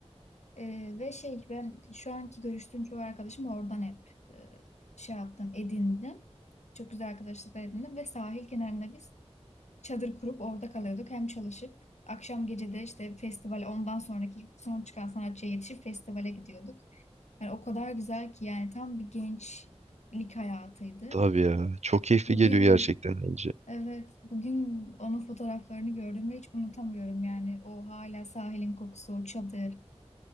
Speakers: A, on the left; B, on the right.
A: E, ve şey ben şu anki görüştüğüm çoğu arkadaşım oradan hep e, şey yaptım, edindim. Çok güzel arkadaşlıklar edindim ve sahil kenarında biz çadır kurup orada kalıyorduk. Hem çalışıp akşam gece de işte festival ondan sonraki son çıkan sanatçıya yetişip festivale gidiyorduk. Yani o kadar güzel ki yani tam bir gençlik hayatıydı.
B: Tabii ya. Çok keyifli
A: Bugün
B: geliyor gerçekten deyince.
A: evet bugün onun fotoğraflarını gördüm ve hiç unutamıyorum yani o hala sahilin kokusu, o çadır